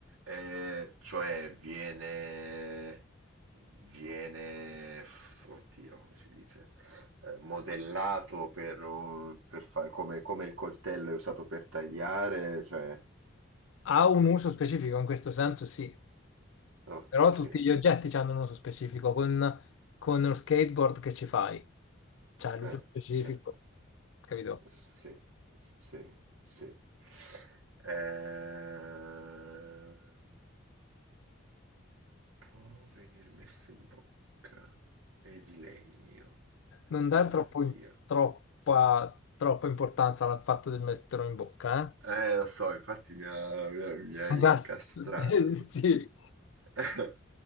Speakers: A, on the right; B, on the left.
A: Eh, cioè viene, viene, f- oddio, come si dice, Eh, modellato per, un- per fare come, come il coltello è usato per tagliare, cioè,
B: Ha un uso specifico in questo senso, sì,
A: ok,
B: però tutti gli oggetti hanno un uso specifico. Con, con lo skateboard che ci fai, c'è l'uso
A: eh,
B: specifico,
A: certo.
B: capito?
A: Sì, sì, sì. Ehm, può venir messo in bocca. È di legno.
B: Non dare
A: Oddio.
B: troppo in- troppa, troppa importanza al fatto di metterlo in bocca,
A: Eh, lo so, infatti mi ha- mi ha- mi hai
B: eh? Gas-
A: incastrato.
B: <laughs> sì,
A: <laughs>